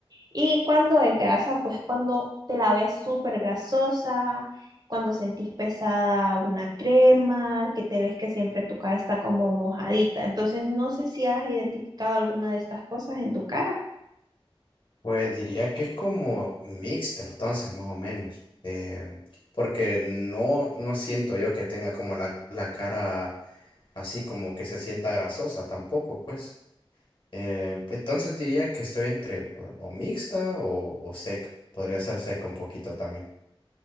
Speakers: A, on the right; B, on the left.
A: Y cuando es grasa, pues cuando te la ves súper grasosa, cuando sentís pesada una crema, que te ves que siempre tu cara está como mojadita. Entonces, no sé si has identificado alguna de estas cosas en tu cara.
B: Pues diría que es como mixta, entonces, más o menos. eh, porque no, no siento yo que tenga como la, la cara así como que se sienta grasosa tampoco, pues. Eh, entonces diría que estoy entre o, o mixta o, o seca. Podría ser seca un poquito también.